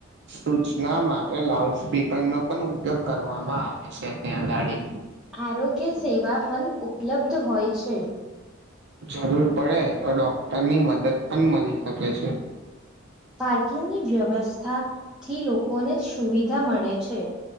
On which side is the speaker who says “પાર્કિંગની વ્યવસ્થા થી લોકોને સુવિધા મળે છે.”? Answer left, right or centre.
Centre